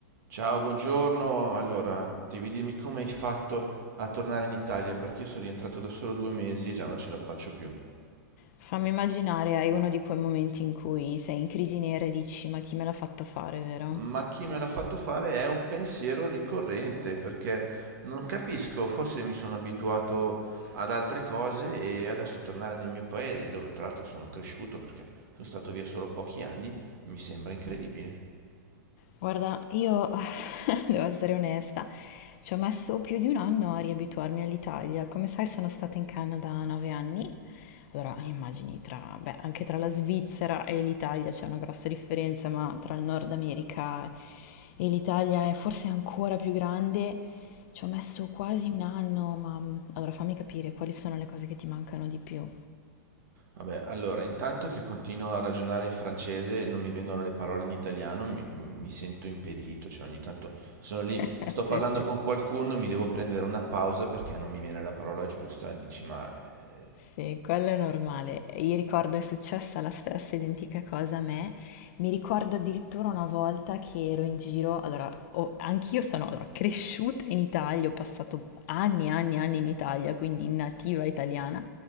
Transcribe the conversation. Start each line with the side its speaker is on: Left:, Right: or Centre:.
Right: Ciao, buongiorno. Allora, devi dirmi come hai fatto a tornare in Italia perché io sono rientrato da solo due mesi e già non ce la faccio più.
Left: Fammi immaginare, hai uno di quei momenti in cui sei in crisi nera e dici, ma chi me l'ha fatto fare, vero?
Right: Ma chi me l'ha fatto fare è un pensiero ricorrente perché non capisco, forse mi sono abituato ad altre cose e adesso tornare nel mio paese, dove tra l'altro sono cresciuto perché sono stato via solo pochi anni, mi sembra incredibile.
Left: Guarda, io <laughs> devo essere onesta, ci ho messo più di un anno a riabituarmi all'Italia. Come sai, sono stata in Canada nove anni. Allora, immagini, tra, beh, anche tra la Svizzera e l'Italia c'è una grossa differenza, ma tra il Nord America e l'Italia è forse ancora più grande. Ci ho messo quasi un anno, ma allora fammi capire quali sono le cose che ti mancano di più.
Right: Vabbè, allora, intanto che continuo a ragionare in francese, non mi vengono le parole in italiano, mi, mi sento impedito, cioè ogni tanto sono lì,
Left: <laughs>
Right: sto parlando
Left: Sì, sì,
Right: con qualcuno, mi devo prendere una pausa perché non mi viene la parola giusta, e dici, ma... eh,
Left: sì, quello è normale. Io ricordo è successa la stessa identica cosa a me. Mi ricordo addirittura una volta che ero in giro, allora, ho- anch'io sono allora, cresciuta in Italia, ho passato anni e anni e anni in Italia, quindi nativa italiana,